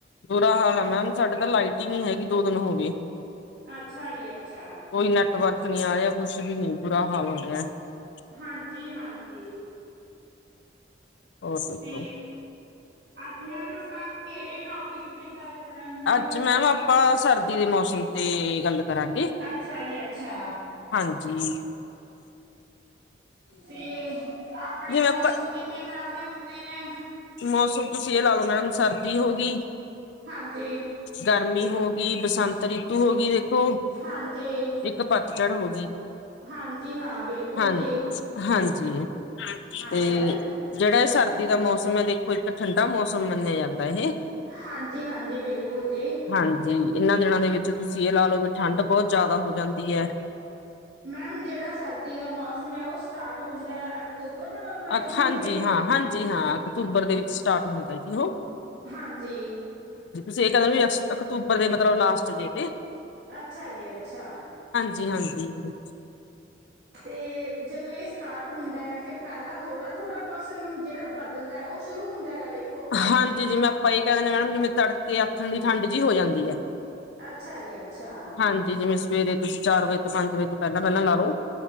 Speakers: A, on the left; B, on the right.
A: ਬੁਰਾ ਹਾਲ ਹੈ ਮੈਮ ਸਾਡੇ ਤਾਂ ਲਾਈਟਿੰਗ ਨ ਹੈਗੀ ਦੋ ਦਿਨ ਹੋ ਗਹੀ
B: ਅੱਛਾ ਜੀ ਅੱਛਾ
A: ਕੋਈ ਨੈਟਵਰਕ ਨਹੀਂਆ ਰਿਹਾ ਕੁਛ ਵੀ ਨੀ ਬੁਰਾ ਹਾਲ <inaudible>
B: ਹਾਂਜੀ ਹਾਂਜੀ
A: ਹੋਰ ਦੱਸੋ?
B: ਤੇ ਅੱਜ ਮੈਮ ਆਪਾਂ ਕਿਹੜੇ ਟੋਪਿਕ ਦੀ ਗੱਲ ਕਰਾਂਗੇ
A: ਅੱਜ ਮੈਮ ਆਪਾਂ ਸਰਦੀ ਦੇ ਮੌਸਮ ਤੇ ਗੱਲ ਕਰਾਂਗੇ
B: ਅੱਛਾ ਜੀ ਅੱਛਾ
A: ਹਾਂਜੀ
B: ਤੇ ਆਪਣੇ
A: ਜਿਵੇਂ
B: ਮੌਸਮ
A: ਆਪਾਂ
B: ਕਿੰਨੇ ਤਰ੍ਹਾਂ ਦੇ ਹੁੰਦੇ ਨੇ
A: ਮੌਸਮ ਤੁਸੀਂ ਇਹ ਲਾ ਲੋੋ ਮੈਡਮ ਸਰਦੀ ਹੋ ਗਈ
B: ਹਾਂਜੀ
A: ਗਰਮੀ ਹੋ ਗਈ ਬਸੰਤ ਰਿਤੂ ਹੋ ਗਈ ਦੇਖੋ
B: ਹਾਂਜੀ
A: ਇੱਕ ਪਤਝੜ ਹੋ ਗਈ
B: ਹਾਂਜੀ ਹਾਂ ਬਿਲਕੁਲ
A: ਹਾਂ
B: ਜੀ।
A: ਹਾਂਜੀ ਤੇ
B: ਅੱਛਾ ਜੀ।
A: ਜਿਹੜਾ ਇਹ ਸਰਦੀ ਦਾ ਮੌਸਮ ਹੈ ਦੇਖੋ ਇੱਕ ਠੰਡਾ ਮੌਸਮ ਮੰਨਿਆ ਜਾਂਦਾ ਹੈ
B: ਹਾਂਜੀ ਹਾਂਜੀ ਬਿਲਕੁਲ ਜੀ।
A: ਹਾਂਜੀ ਜੀ ਇਹਨਾਂ ਦਿਨਾਂ ਦੇ ਵਿੱਚ ਤੁਸੀਂ ਇਹ ਲਾ ਲੋਓ ਵੀ ਠੰਢ ਬਹੁਤ ਜ਼ਿਆਦਾ ਹੋ ਜਾਂਦੀ ਹੈ
B: ਮੈਮ ਜਿਹੜਾ ਸਰਦੀ ਦਾ ਮੌਸਮ ਹੈ ਉਹ ਸਟਾਰਟ ਹੁੰਦਾ ਹੈ ਅਕਤੂਬਰ ਨਵੰਬਰ ਦੇ
A: ਅ
B: ਮਹੀਨੇ
A: ਹਾਂਜੀ
B: ਤੋਂ।
A: ਹਾਂ ਹਾਂਜੀ ਹਾਂ ਅਕਤੂਬਰ ਦੇ ਵਿੱਚ ਸਟਾਰਟ ਹੁੰਦਾ ਜੀ ਉਹ
B: ਹਾਂਜੀ
A: ਕਹਿੰਵੀ ਅਕਤੂਬਰ ਦੇ ਮਤਲਬ ਲਾਸਟ ਡੇ ਤੇ
B: ਅੱਛਾ ਜੀ ਅੱਛਾ
A: ਜੀ ਹਾਂਜੀ
B: ਅਤੇ ਜਦੋਂ ਇਹ ਸਟਾਰਟ ਹੁੰਦਾ ਫਿਰ ਪਹਿਲਾਂ ਥੋੜ੍ਹਾ ਥੋੜ੍ਹਾ ਮੌਸਮ ਜਿਹੜਾ ਬਦਲਦਾ ਉਹ ਸ਼ੁਰੂ ਹੁੰਦਾ ਹੁੰਦਾ ਹੈਗਾ ਦੇ
A: ਹਾਂਜੀ ਜਿਵੇਂ ਆਪਾਂ ਇਹ ਕਹਿ ਦਿੰਦੇ ਮੈਡਮ ਜਿਵੇਂ ਤੜਕੇ ਆਥਣ ਦੀ ਠੰਡ ਜਿਹੀ ਹੋ ਜਾਂਦੀ ਹੈ
B: ਅੱਛਾ ਜੀ ਅੱਛਾ।
A: ਹਾਂਜੀ ਜਿਵੇਂ ਸਵੇਰੇ ਤੁਸੀਂ ਚਾਰ ਵਜੇ ਤੋਂ ਪੰਜ ਵਜੇ ਤੋਂ ਪਹਿਲਾਂ-ਪਹਿਲਾਂ ਲਾ ਲੋੋ,